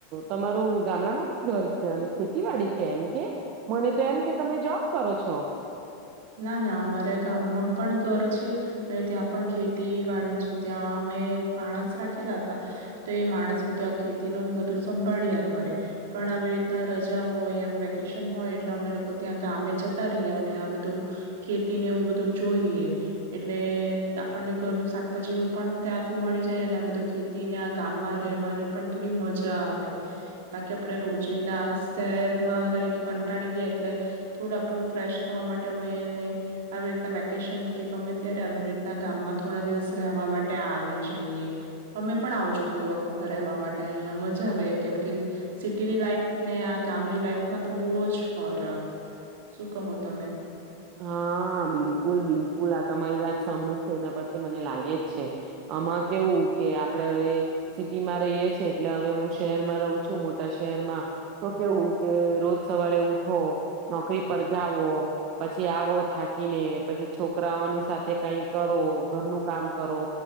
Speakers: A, on the right; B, on the right.
A: તમારું ગામડામાં બી ઘર છે અને ખેતીવાડી છે એમ? કે મને તો એમ કે તમે જોબ કરો છો.
B: ના ના, અમારા ગામમાં પણ ઘર છે અને ત્યાં પણ ખેતી વાડી છે. ત્યાં અમે માણસ રાખેલા હતા તો એ માણસ બધું આ ખેતીનું બધું સંભાળ્યા કરે. પણ આવી રીતના રજા હોય વેકેશન હોય, એટલે અમે લોકો ત્યાં ગામે જતા રહીએ અને આ બધું. ખેતીને એવું બધું જોઈએ એટલે આપણને ઘરનું શાકભાજી પણ ત્યાંથી મળી જાય અને આ બધું. ખેતી ને આ ગામમાં રેવાની પણ થોડી મજા આવે. બાકી આપડે રોજિંદા શહેરમાં રહીને કંટાળી ગયો, એટલે થોડું આપડું ફ્રેશ થવા માટે ત આવી રીતના વેકેશન કે ગમે ત્યારે આવી રીતના ગામમાં થોડા દિવસ રહેવા માટે આવી જઈએ, તમે પણ આવજો કોઈ વખત રહેવા માટે, અહિયાં મજા આવે કેમ કે સિટીની લાઈફ ને આ ગામની લાઈફમાં તો બહુ જ ફરક શું કહો તમે.
A: હા બિલકુલ બિલકુલ આ તમારી વાત સાંભળું છું એના પરથી મને લાગે જ છે આમાં કેવું કે આપડે હવે સિટીમાં રહીએ છેએ એટલે હવે હું શહેરમાં રહું છું મોટા શહેરમાં તો કેવું કે રોજ સવારે ઉઠો, નોકરી પર જઓ. પછી આવો થાકીને, પછી છોકરાઓની સાથે કંઈ કરો, ઘરનું કામ કરો